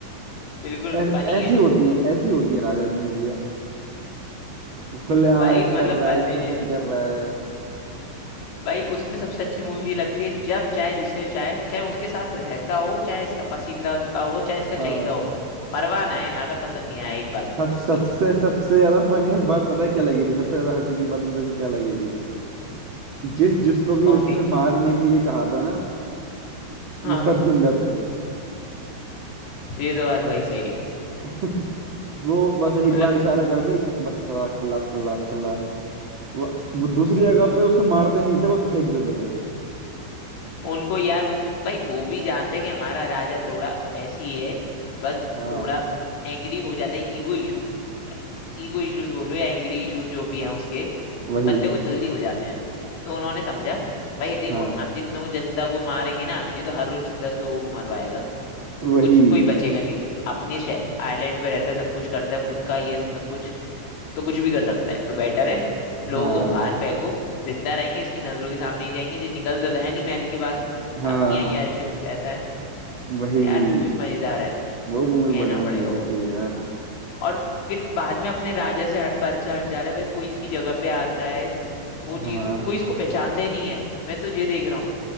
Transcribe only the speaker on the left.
बिल्कुल
फनी
है
भाई
मतलब
बंदे
ने
भाई उसमें सबसे अच्छी मूवी लगती है जब चाहे जिसे चाहे चाहे उसके साथ रहता हो चाहे इसका पसंदीदा हो चाहे इसका चहेता
हो मरवाना है अगर पसंद नहीं आया एक बात भी
तो
उसकी
कौन
सी
हाँ
ये तो बात भाई सही है
मतलब
उनको यार उ- भाई वो भी जानते हैं कि हमारा राजा थोड़ा ऐसी है बस
थोड़ा एंग्री हो जाता है ईगो इशू ईगो इश्यूज बोलो या एंग्री इश्यूज जो भी है उसके
बंदे को जल्दी हो जाते हैं तो उन्होंने समझा भाई देखो
हम जितनों जनता को मारेंगे ना ये तो हर रोज दस लोगों को मरवाएगा
कुछ कोई बचेगा नहीं अपनी आइलैंड पे रहता है सब कुछ करता है खुद का ही है सब कुछ तो कुछ भी कर सकता है तो बेटर है लोगों
को बाहर फेंको जिंदा रहेंगे इसकी नजरों के सामने ही रहेंगे ये निकलता तो है नहीं महल के बाहर
अपनी अय्याशियों में रहता है
यार मूवी मजेदार है
कहना
पड़ेगा
वो
और फिर बाद में अपने राजा से हट अच्छा हट जा रहा है भाई कोई इसकी जगह पे आता है वो
चीज कोई इसको पहचानता ही नहीं है मैं तो ये देख रहा हूँ